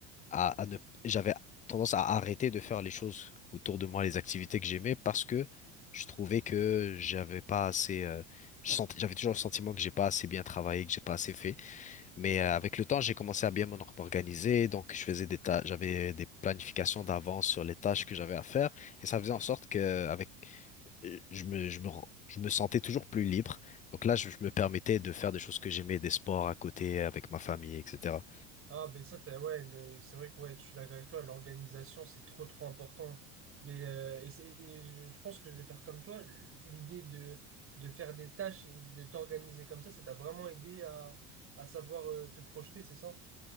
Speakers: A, on the left (about 20°); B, on the right (about 35°).
A: à, à ne, j'avais tendance à arrêter de faire les choses autour de moi, les activités que j'aimais, parce que je trouvais que j'avais pas assez, euh, je sentais- j'avais toujours le sentiment que j'ai pas assez bien travaillé, que j'ai pas assez fait. Mais euh, avec le temps, j'ai commencé à bien m'en- m'organiser, donc je faisais des tâches, j'avais des planifications d'avance sur les tâches que j'avais à faire, et ça faisait en sorte que avec, euh, je me, je me, ren- je me sentais toujours plus libre. Donc là, je, je me permettais de faire des choses que j'aimais, des sports à côté, avec ma famille, etc.
B: Ah, ben ça, t'as, ouais, le- c'est vrai que ouais, je suis d'accord avec toi, l'organisation, c'est trop trop important. Mais euh, et c'est- et je je pense que je vais faire comme toi, l'idée de, de faire des tâches et de t'organiser comme ça, ça t'a vraiment aidé à, à savoir euh, te projeter, c'est ça?